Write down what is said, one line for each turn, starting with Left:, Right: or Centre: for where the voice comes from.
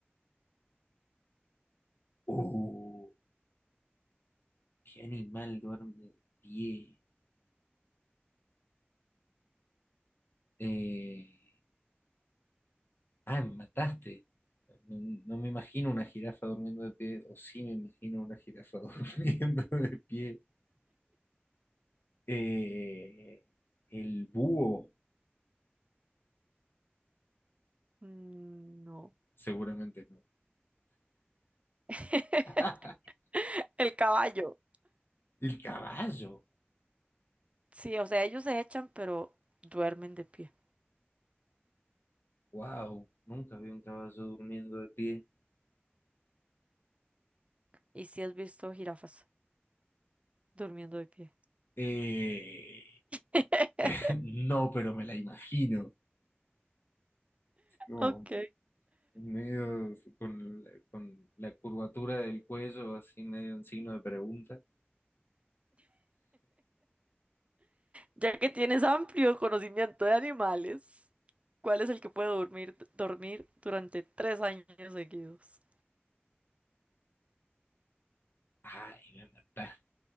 Left: Uh, ¿qué animal duerme de pie? Eh, ah, me mataste. No, no me imagino una jirafa durmiendo de pie, o sí me imagino una jirafa <laughs> durmiendo de pie. Eh, el búho,
Right: Mm, No.
Left: seguramente no.
Right: <laughs>
Left: <laughs>
Right: El caballo.
Left: El caballo,
Right: Sí, o sea, ellos se echan, pero duermen de pie.
Left: wow, nunca vi un caballo durmiendo de pie.
Right: Y si has visto jirafas durmiendo de pie.
Left: Eh,
Right: <laughs>
Left: <laughs> no, pero me la imagino. Como
Right: Ok.
Left: medio con, la- con la curvatura del cuello, así medio en signo de pregunta.
Right: Ya que tienes amplio conocimiento de animales, ¿cuál es el que puede dormir, dormir durante tres años seguidos?
Left: Ay, me mataste.